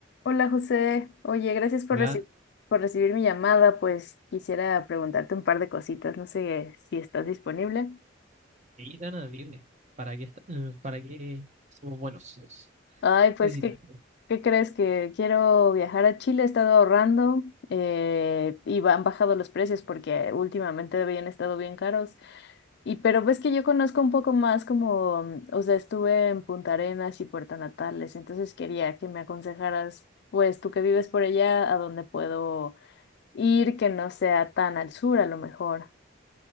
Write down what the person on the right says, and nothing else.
Hola,
Itana, dime, ¿para qué, esta- eh, para qué somos buenos?
¿Qué necesitas?